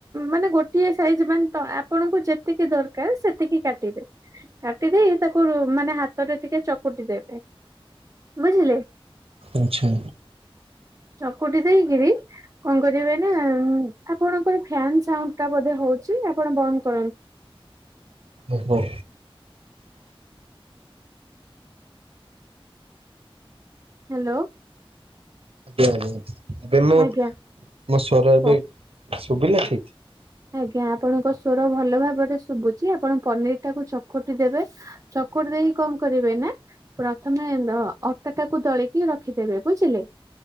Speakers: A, on the right; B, on the right.
A: ମାନେ ଗୋଟିଏ ସାଇଜ ମାନେ ଆପଣଙ୍କୁ ଯେ ଯେତିକି ଦରକାର ସେତିକି କାଟିବେ। କାଟିଦେଇ ତାକୁ ମାନେ ହାତରେ ଟିକେ ଚକୁଟି ଦେବେ। ବୁଝିଲେ?
B: ଆଚ୍ଛା।
A: ଚକୁଟି ଦେଇକିରି କଣ କରିବେ ନା ଆପଣଙ୍କର ଫ୍ୟାନ୍ ସାଉଣ୍ଡ ଟା ବୋଧେ ହଉଛି ଆପଣ ବନ୍ଦ କରନ୍ତୁ।
B: ଓହୋ
A: ହ୍ୟାଲୋ।
B: ଆଜ୍ଞା ଆଜ୍ଞା ଏବେ ମୁଁ ମୋ
A: ଆଜ୍ଞା
B: ସ୍ୱର ଏବେ
A: କୁହ।
B: ଶୁବିଲା ଠିକ୍।
A: ଆଜ୍ଞା ଆପଣଙ୍କ ସ୍ବର ଭଲ ଭାବରେ ଶୁବୁଚି। ଆପଣ ପନିର ଟାକୁ ଚକଟି ଦେବେ। ଚକୁଟି ଦେଇକି କଣ କରିବେ ନେ? ପ୍ରଥମେ ଦ ଅଟାଟାକୁ ଦଳିକି ରଖିଦେବେ। ବୁଝିଲେ?